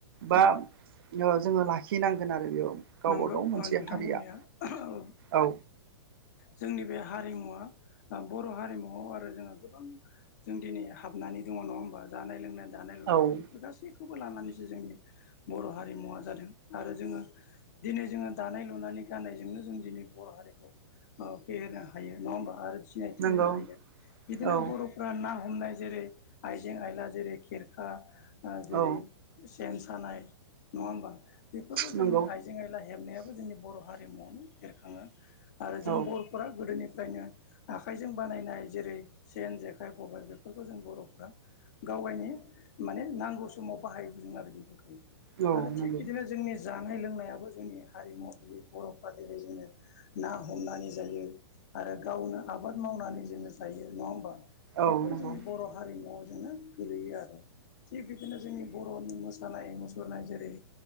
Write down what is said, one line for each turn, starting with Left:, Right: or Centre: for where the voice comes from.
Right: बा
Left: औ
Right: जोङो लाखिनांगोन आरो बेयाव। गावबा
Left: नोंगौ
Right: गाव मोनसे
Left: ओ नोंथां
Right: हारिया
Left: बुंनाया औ।
Right: औ
Left: जोंनि बे हारिमुवा ओ बर' हारिमुआव आरो जोङो गोबां जों दिनै हाबनानै दङ नङा होमबा? जानाय लोंनाय दानाय लुनाय
Right: औ
Left: बेफोर गासै खौबो लानानैसो जोंनि बर' हारिमुवा जादों आरो जोङो दिनै जोङो दानाय लुनानै गाननायजोंनो जों दिनै बर' हारिखौ फेहेरनो हायो नङा होमबा आरो सिनायथि
Right: नंगौ
Left: होनो हायो बिदिनो
Right: औ
Left: बर' ना हमनाय जेरै आइजें आइला जेरै खेरखा ओ जेरै
Right: औ
Left: सेन सानाय नङा होमबा? बेफोरबो जोंनि
Right: नंगौ
Left: आइ जें आइला हेबनायाबो जोंनि बर' हारिमुवावनो बेरखाङो आरो जों
Right: औ
Left: बर' फोरा गोदोनिफ्रायनो आखाइजों बानायनाय जेरै सेन, जेखाइ, खबाय बेफोरखौ जों बर'फ्रा गावगायनि माने नांगौ समाव बाहायबोदों आरो बेफोरखौ।
Right: औ
Left: आरो थिग
Right: नंगौ
Left: बिदिनो जोंनि जानाय लोंनायाबो जोंनि हारिमु बि बर'फ्रा बेबायदिनो ना हमनानै जायो आरो गावनो आबाद मावनानै जोङो जायो नङा होमबा?
Right: औ
Left: बेफोरो
Right: नंगौ
Left: जोंनि बर' हारिमुआव जोङो गोलैयो आरो। थिग बिदिनो जोंनि बर'नि मोसानाय मुसुरनाय जेरै